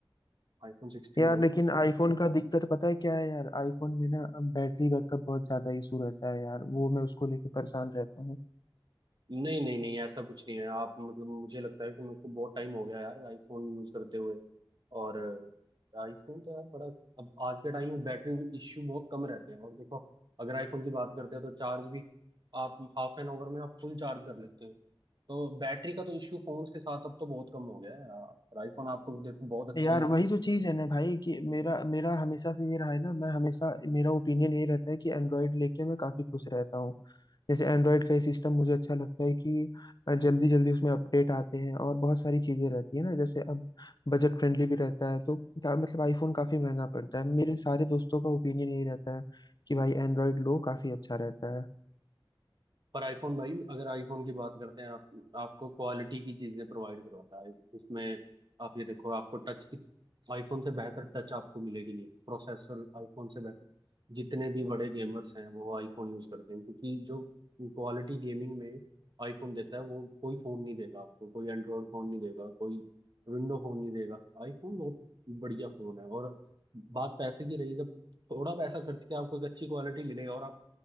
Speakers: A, on the right (about 55°); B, on the left (about 50°).
A: आईफोन सिक्सटीन
B: यार
A: लो
B: लेकिन आईफोन का दिक्कत पता है क्या है यार आईफोन में ना बैटरी बैकअप बहुत ज्यादा इशू रहता है यार वो मैं उसको लेके परेशान रहता हूँ
A: नहीं नहीं नहीं ऐसा कुछ नहीं है आप मतलब मुझे लगता है कि मेरे को बहुत टाइम हो गया यार आईफोन यूज करते हुए और आईफोन तो यार बड़ा अब आज के टाइम में बैटरी इश्यू बहुत कम रहते हैं और देखो अगर आईफोन की बात करते हैं तो चार्ज भी आप हाफ एन आवर में आप फुल चार्ज कर लेते हो तो बैटरी का तो इश्यू फोन्स के साथ अब तो बहुत कम हो गया है और आईफोन आपको देखो बहुत अच्छी
B: यार वही तो चीज है ना भाई कि मेरा मेरा हमेशा से ये रहा है ना मैं हमेशा मेरा ओपिनियन ये रहता है कि एंड्रॉयड लेके मैं काफी खुश रहता हूँ जैसे एंड्रॉयड का ये सिस्टम मुझे अच्छा लगता है कि जल्दी जल्दी उसमें अपडेट आते हैं और बहुत सारी चीजें रहती है ना जैसे अब बजट फ्रेंडली भी रहता है तो क्या मतलब आईफोन काफी महंगा पड़ता है मेरे सारे दोस्तों का ओपिनियन यही रहता है कि भाई एंड्रॉयड लो काफी अच्छा रहता है
A: पर आईफोन भाई अगर आईफोन की बात करते हैं आप आपको क्वालिटी की चीजें प्रोवाइड करवाता है उसमें आप ये देखो आपको टच आईफोन से बेहतर टच आपको मिलेगी नहीं प्रोसेसर आईफोन से बेहतर जितने भी बड़े गेमर्स हैं वो आईफोन यूज करते हैं क्योंकि जो क्वालिटी गेमिंग में आईफोन देता है वो कोई फोन नहीं देगा आपको कोई एंड्रॉयड फोन नहीं देगा कोई विंडो फोन नहीं देगा आईफोन बहुत बढ़िया फोन है और बात पैसे की रही जब थोड़ा पैसा खर्च के आपको एक अच्छी क्वालिटी मिले और आप